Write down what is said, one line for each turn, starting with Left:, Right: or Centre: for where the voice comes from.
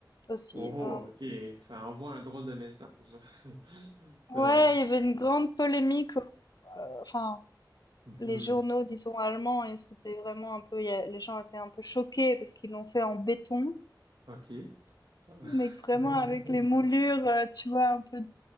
Left: aussi.
Right: Oh,
Left: Euh,
Right: OK. Ça envoie un drôle de message. <laughs> Euh,
Left: ouais, il y avait une grande polémique, euh, enfin
Right: mhm,
Left: les journaux disons allemands et c'était vraiment un peu, il y a- les gens étaient un peu choqués parce qu'ils l'ont fait en béton,
Right: OK. Ça-
Left: mais vraiment
Right: <laughs>
Left: avec les moulures, euh, tu vois, un peu